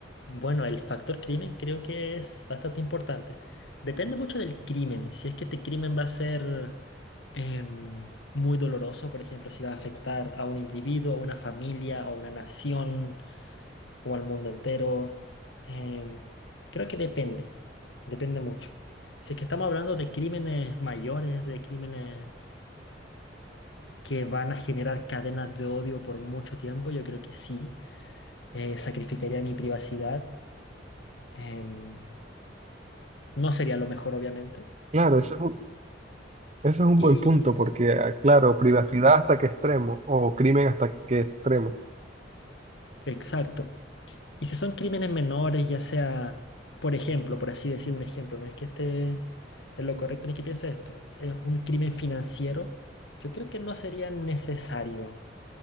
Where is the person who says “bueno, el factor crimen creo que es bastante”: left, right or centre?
Left